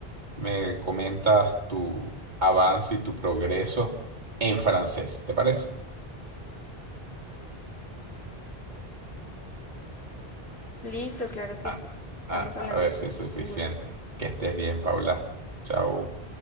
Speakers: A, on the right; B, on the left.
A: me comentas tu avance y tu progreso en francés, ¿te parece?
B: Listo, claro que
A: Ah,
B: sí. Estamos
A: ah,
B: hablando
A: a ver
B: entonces.
A: si es suficiente.
B: Un gusto.
A: Que estés bien, Paula. Chao.